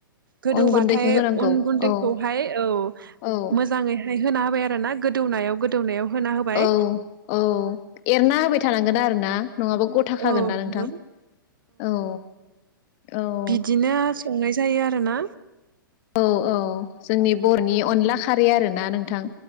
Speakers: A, on the right (about 70°); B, on the left (about 40°).
A: गोदौबाथाय
B: अन गुन्दैखौ होनांगौ
A: अन गुन्दैखौहाय
B: औ
A: औ
B: औ
A: मोजाङै होय होना आरो ना गोदौनायाव गोदौनायाव होना होबाय
B: औ औ एरना होबाय थानांगोन आरो ना? नङाबा गथाखागोननाना
A: औ नंगौ
B: नोंथां औ औ
A: बिदिनो संनाय जायो आरोना
B: औ औ जोंनि बर'नि अनला खारै आरोना नोंथां।